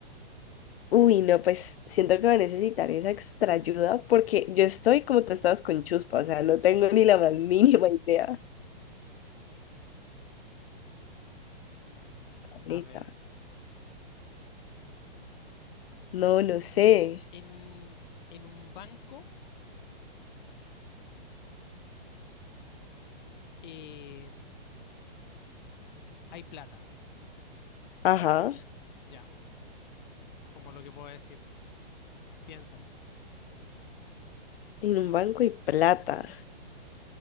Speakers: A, on the left; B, on the left.
A: Uy, no, pues siento que va a necesitar esa extra ayuda porque yo estoy como tú estabas con chuspa, o sea, no tengo ni la más <laughs> mínima idea.
B: mm,
A: Caleta.
B: a ver.
A: No, no sé.
B: En un, en un banco eh, hay plata.
A: Ajá,
B: Ya. Es como lo que puedo decir. Piénsalo.
A: en un banco y plata.